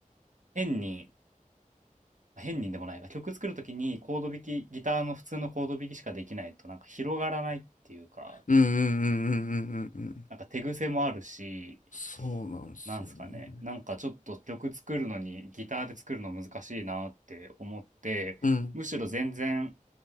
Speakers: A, on the right; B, on the left.
A: 変に、変にでもないな、曲作るときにコード弾き、ギターの普通のコード弾きしかできないと、なんか広がらないっていうか、
B: うんうんうんうんうんうんうん。
A: なんか手癖もあるし、
B: そうなんですよね。
A: なんすかね、なんかちょっと曲作るのに、ギターで作るの難しいなって思って、
B: うん。
A: むしろ全然